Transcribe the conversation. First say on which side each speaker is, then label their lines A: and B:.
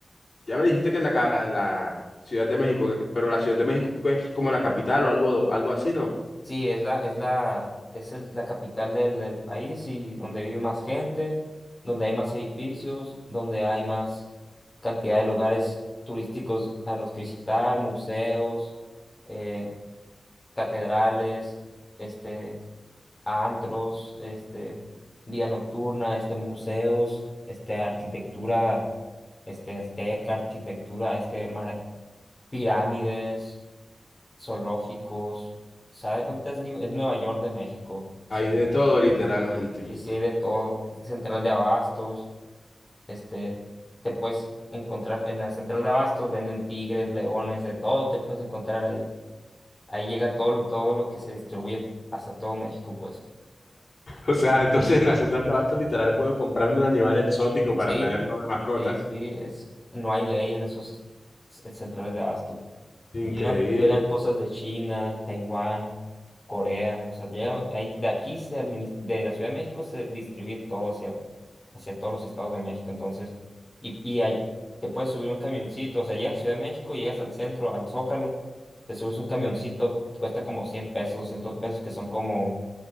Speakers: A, on the left; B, on the left.
A: ya me dijiste que en la, ca- en la Ciudad de México, eh, pero la Ciudad de México es como la capital o algo, algo así, ¿no?
B: Sí, es la, es la, es el- la capital del, del país y donde vive más gente, donde hay más edificios, donde hay más cantidad de lugares turísticos a los que visitar, museos, eh, catedrales, este antros, este, vía nocturna, este, museos, este, arquitectura, este, azteca, arquitectura, este, mara- pirámides, zoológicos, o sea, de cuenta es, New- es Nueva York de México, o
A: Hay
B: sea,
A: de todo, literalmente.
B: y
A: <laughs>
B: sí hay de todo, este, central de abastos, este, te puedes encontrar, en la central de abastos venden tigres, leones, de todo, te puedes encontrar ahí, ahí llega todo, todo lo que se distribuye hasta todo México, pues,
A: O sea, entonces en la central de abastos literal puedo comprarme un animal exótico
B: sí.
A: para tenerlo de mascota.
B: Sí, sí, es, no hay ley en esos c- centrales de abasto.
A: Increíble.
B: Llegan, llegan cosas de China, Taiwán, Corea, o sea, llegan, ahí- de aquí, se adminis- de la Ciudad de México se distribuye todo hacia, hacia todos los estados de México, entonces, y, y ahí te puedes subir un camioncito, o sea, llegas a Ciudad de México, llegas al centro, al Zócalo, te subes un camioncito, cuesta como 100 pesos, 200 pesos, que son como